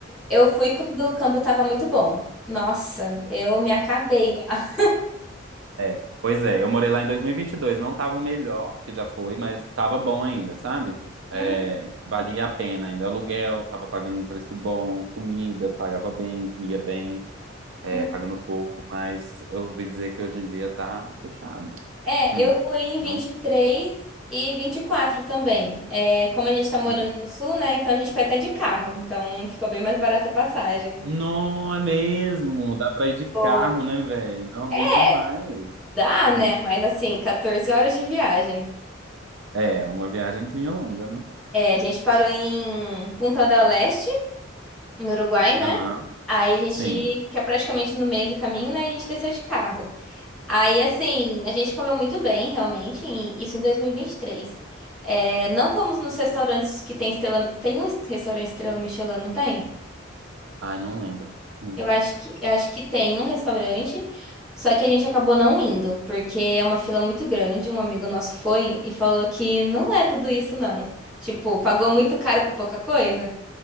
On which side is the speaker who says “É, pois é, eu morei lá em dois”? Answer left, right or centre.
Right